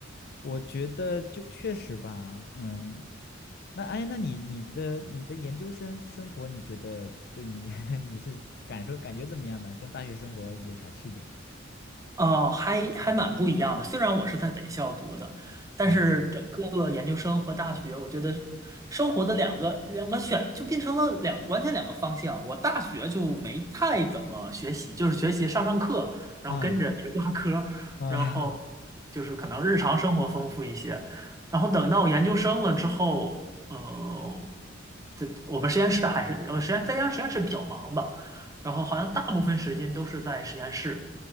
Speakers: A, on the left (about 55°); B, on the right (about 15°).
A: 我觉得就确实吧，嗯，那哎，那你你的你的研究生生活，你觉得对你 <laughs> 你是感受感觉怎么样呢？跟大学生活有啥区别啊？
B: 哦，还还蛮不一样的。
A: 嗯
B: 虽然我是在北校读的，但是整个研究生和大学，
A: 啊
B: 我觉得生活的两个两个选就变成了两完全两个方向。我大学就没太怎么学习，就是学习上上课，然后跟着别挂科，
A: 嗯啊
B: 然后就是可能日常生活丰富一些。然后等到研究生了之后，呃，这我们实验室还是我实验再加上实验室比较忙吧，然后好像大部分时间都是在实验室。